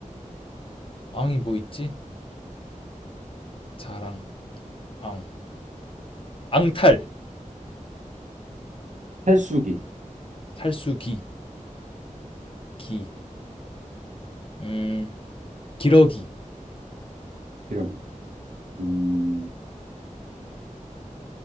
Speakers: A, on the left (about 40°); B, on the right (about 65°).
A: 앙이 뭐 있지? 자랑, 앙, 앙탈,
B: 탈수기,
A: 탈수기, 기, 음, 기러기,
B: 이런, 음,